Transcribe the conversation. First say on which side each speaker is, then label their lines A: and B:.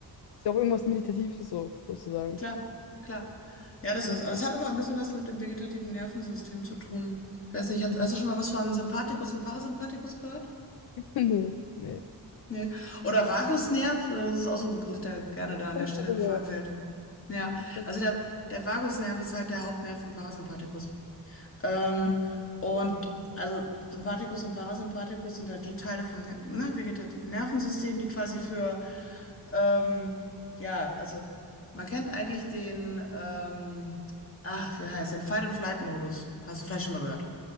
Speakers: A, on the left; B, on the left.
A: Ist ja auch irgendwas Meditatives so, sozusagen.
B: Klar, klar. Ja, das ist,
A: Ja,
B: aber
A: ja.
B: es hat aber ein bisschen was mit dem vegetativen Nervensystem zu tun. Ich weiß nicht, hast,
A: Mhm.
B: hast du schon mal was von Sympathikus und Parasympathikus gehört?
A: <laughs> Nee, nee.
B: Nee. Oder Vagusnerv, äh, das ist auch so ein Begriff, der gerne da an
A: Hab
B: der
A: ich
B: Stelle
A: mal gehört.
B: gefallen fällt. Ja,
A: Ja, das hab
B: also
A: ich
B: der,
A: mal gehört.
B: der Vagusnerv ist halt der Hauptnerv im Parasympathikus. Ähm,
A: Mhm.
B: und also Sympathikus und Parasympathikus sind halt die Teile vom ne ne, vegetativen Nervensystem, die quasi für, ähm, ja, also man kennt eigentlich den, ähm, ach, wie heißt, den Fight-and-Flight-Modus. Hast du vielleicht schon mal gehört.